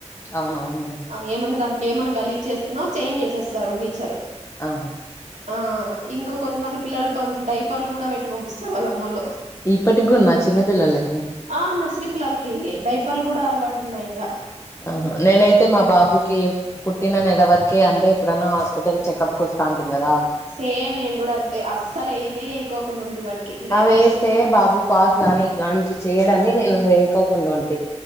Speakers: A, on the left (about 25°); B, on the right (about 75°).
A: అవునవునులే
B: అ ఏమన్నా దానికి ఏమన్నా గలీచ్చేస్త నా చేంజ్ చేసేస్తారుని ఇచ్చారు
A: ఆ
B: అ ఆ ఇంకా కొంతమంది పిల్లలు పం డైపర్లు కూడా పెట్టి పంపిస్తారు వాళ్ళ అమ్మోళ్ళు
A: ఇప్పటిగున్నా చిన్న పిల్లలకి
B: ఆ నర్సరీ పిల్లలకియ్య డైపర్లు కూడా అలవాటు ఉన్నాయి ఇంగా
A: ఆహ నేనైతే మా బాబుకి పుట్టిన నెల వరకే అంటే ఎప్పుడన్నా హాస్పిటల్ చెకప్కి వస్తా అంటిమి కదా
B: సేమ్ నేను కూడా అంతే అస్సలు ఎయినే ఏయికోకుండా ఉండి వాడికి డైపర్స్
A: అవి వేస్తే బాబు పాస్ గాని ఇట్లాంటివి చెయడని నేను వేయకోకుండా ఉండను